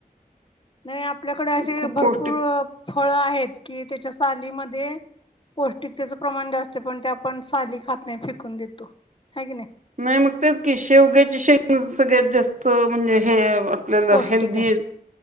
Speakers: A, on the left; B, on the right.
A: आणि आपल्याकडे असे
B: खूप
A: भरपूर
B: पौष्टिक
A: फळ आहेत कि ज्याच्या सालीमध्ये पौष्टिकतेचं प्रमाण जास्त पण ते आपण साली खात नाही फिकून देतो हाय की नाही?
B: नाही मग तेच की शेवग्याची शेग सगळ्यात जास्त म्हणजे हे आपल्याला
A: पौष्टिक
B: हेल्दी
A: आहे.